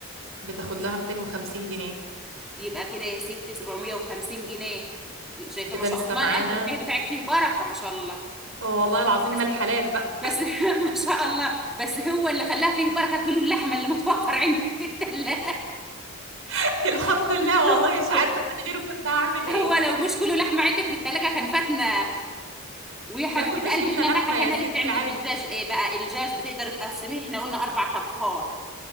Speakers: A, on the right; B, in the centre.
A: بتاخد لها 250 جنيه
B: يبقى كده يا ستي 750 جنيه شايفه
A: كده
B: ما شاء
A: لسه
B: الله
A: معانا
B: الألف جنيه بتاعك فيه بركه ما شاء الله
A: آه، والله العظيم
B: بس
A: ما الحلال بقى
B: بس <laughs> ما شاء الله بس هو اللي خلاها فيه بركه كيلو اللحمه اللي متوفر عندك في الثلاجه
A: <laughs> الحمد لله
B: <laughs>
A: والله
B: هو
A: مش عارفة
B: هو-
A: من غيره كنت هعمل ايه
B: هو لو مش كيلو لحمه عندك في الثلاجه كان فاتنا ويا حبيبه
A: ما كناش
B: قلبي
A: جبنا
B: احنا
A: لحمة
B: ما حكينا
A: يا ستي
B: لك تعملي
A: عادي
B: في الدجاج ايه بقى الدجاج بتقدر تقسميه احنا قلنا اربع طبخات